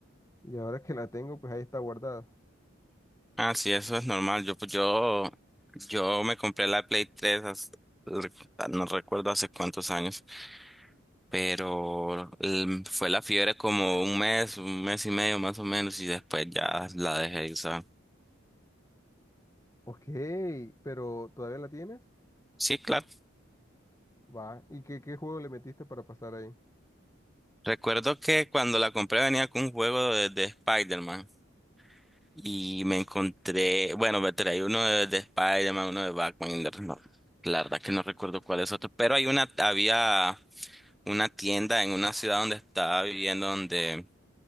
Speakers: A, on the left (about 15°); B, in the centre.
A: y ahora que la tengo, pues ahí está guardada.
B: Ah, sí, eso es normal. Yo, pues, yo, yo me compré la Play 3 hace- no recuerdo hace cuántos años. pero el- fue la fiebre como un mes, un mes y medio más o menos, y después ya la dejé de usar.
A: Ok, pero ¿todavía la tienes?
B: Sí, claro.
A: Va. ¿Y qué, qué juego le metiste para pasar ahí?
B: Recuerdo que cuando la compré venía con un juego de, de Spider-Man y me encontré, bueno, me traí uno de, de Spider-Man, uno de Batman, y de- no, la verdad que no recuerdo cuál es otro, pero hay una, había una tienda en una ciudad donde estaba viviendo donde